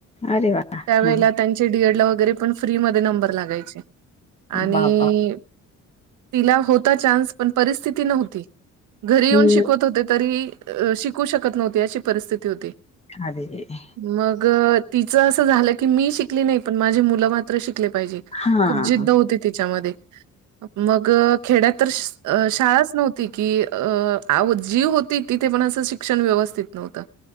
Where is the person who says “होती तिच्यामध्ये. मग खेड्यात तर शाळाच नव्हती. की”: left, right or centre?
Right